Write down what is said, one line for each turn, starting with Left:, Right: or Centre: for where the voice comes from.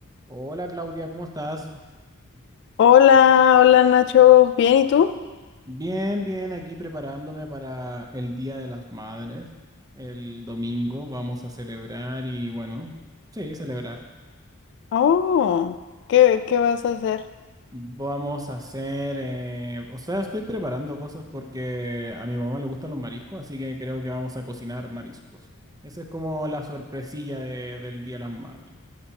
Right: Hola Claudia, ¿cómo estás?
Left: Hola, hola Nacho, ¿bien y tú?
Right: Bien, bien, aquí preparándome para el Día de las Madres. El domingo vamos a celebrar y bueno, sí, celebrar.
Left: Oh, ¿qué, qué vas a hacer?
Right: Vamos a hacer, eh, o sea, estoy preparando cosas porque a mi mamá le gustan los mariscos, así que creo que vamos a cocinar mariscos. Esa es como la sorpresilla de- del Día de las Madres.